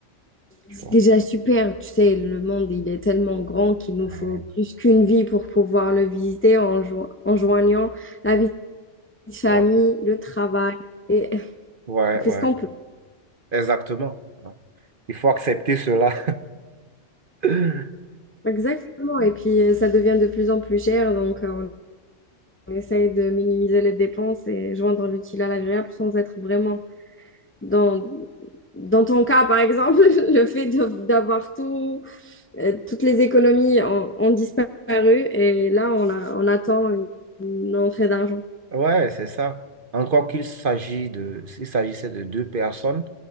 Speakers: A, on the right; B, on the left.
A: tu
B: C'est
A: vois.
B: déjà super, tu sais, le monde, il est tellement grand qu'il nous
A: Euh,
B: faut plus qu'une vie pour pouvoir le visiter en, jo- en joignant la vie de famille,
A: Ouais,
B: le travail, et <laughs>
A: ouais,
B: on fait
A: ouais.
B: ce qu'on peut.
A: Exactement. hein. Il faut accepter cela. <laughs>
B: Exactement, et puis euh, ça devient de plus en plus cher, donc euh, on essaye de minimiser les dépenses et joindre l'utile à l'agréable sans être vraiment dans... Dans ton cas, par exemple, <laughs> le fait de- d'avoir tout, euh, toutes les économies ont, ont disparu et là, on a, on attend une une entrée d'argent.
A: Ouais, c'est ça. Encore qu'il s'agit de, s'il s'agissait de deux personnes,